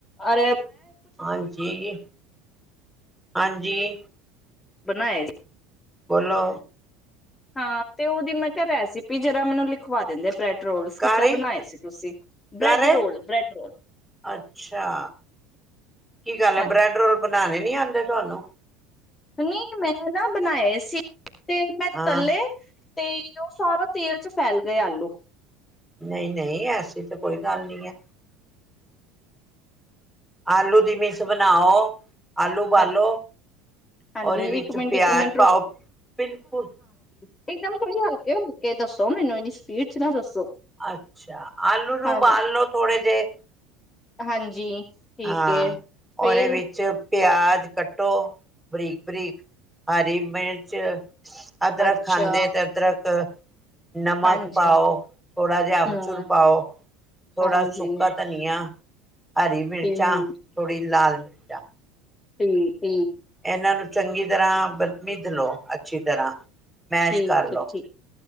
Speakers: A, on the left; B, in the centre.
A: ਅ
B: ਹਾਂਜੀ ਜ ਹਾਂਜੀ
A: ਬਣਾਏ
B: ਬੋਲੋ
A: ਹਾਂ ਤੇ ਉਹਦੀ ਮੈਂ ਕਿਹਾ ਰੈਸਪੀ ਜਿਹੜਾ ਮੈਨੂੰ ਲਿਖਵਾ ਦਿੰਦੇ ਬ੍ਰੈਡ ਰੋਲਸ ਕਿੱਦਾਂ
B: ਕਾਰੀ
A: ਬਣਾਏ ਸੀ ਤੁਸੀਂ ਬ੍ਰੈਡ
B: ਘ
A: ਰੋਲ ਬ੍ਰੈਡ ਰੋਲ
B: ਅੱਛਾ ਕੀ ਗੱਲ ਹੈ
A: ਹਾਂ
B: ਬ੍ਰੈਡ ਰੋਲ ਬ ਬਣਾਣੇ ਨੀ ਆਉਂਦੇ ਤੁਹਾਨੂੰ
A: ਨਹੀਂ ਮੈਂ ਨਾ ਬਣਾਏ ਸੀ ਤੇ ਮੈਂ
B: ਹਾਂ
A: ਥੱਲੇ ਤੇ ਉਹ ਸਾਰਾ ਤੇਲ ਚ ਫੈਲ ਗਏ ਆਲੂ
B: ਨਹੀਂ ਨਹੀਂ ਐਸੀ ਤਾਂ ਕੋਈ ਗੱਲ ਨਹੀਂ ਹੈ ਆਲੂ ਦੀ ਮਸ਼ ਬਣਾਓ ਆਲੂ ਉਬਾਲੋ
A: ਹਾਂ ਹਾਂਜੀ
B: ਉਹਦੇ ਵਿੱਚ
A: ਇੱਕ ਮਿੰਟ
B: ਪਿਆਜ
A: ਇੱਕ ਮਿੰਟ
B: ਪਾਓ ਬਿਲਕੁਲ
A: ਇਕਦਮ ਥੋੜ੍ਹੀ ਹਲਕੇ ਹਲਕੇ ਦੱਸੋ ਮੈਨੂੰ ਇੰਨੀ ਸਪੀਡ ਚ ਨਾ ਦੱਸੋ
B: ਅੱਛਾ ਆਲੂ ਨੂੰ
A: ਹਾਂ
B: ਉਬਾਲ ਲਓ ਥੋੜੇ ਜਿਹੇ
A: ਹਾਂਜੀ ਠੀਕ
B: ਹਾਂ
A: ਹੈ
B: ਉਹਦੇ
A: ਫੇਰ
B: ਵਿੱਚ ਪਿਆਜ ਕੱਟੋ ਬਰੀਕ ਬਰੀਕ ਹਰੀ ਮਿਰਚ ਅਦਰਕ
A: ਅੱਛਾ
B: ਖਾਂਦੇ ਤੇ ਅਦਰਕ ਨਮਕ
A: ਹਾਂਜੀ
B: ਪਾਓ ਥੋੜ੍ਹਾ ਜਿਹਾ ਅੰਬਚੂਰ
A: ਹਮ
B: ਪਾਓ ਥੋੜ੍ਹਾ
A: ਹਾਂਜੀ
B: ਸੁੱਕਾ ਧਨੀਆ ਹਰੀ ਮਿਰਚੀ
A: ਠੀਕ
B: ਚਾਹ ਥੋੜੀ ਲਾਲ <unintelligible>
A: ਹਮ ਹਮ
B: ਇਹਨਾਂ ਨੂੰ ਚੰਗੀ ਤਰ੍ਹਾਂ ਮਿਧ ਲੋ ਅੱਛੀ ਤਰ੍ਹਾਂ ਮੈਸ਼
A: ਠੀਕ
B: ਕਰ ਲੋ
A: ਹੈ ਠੀਕ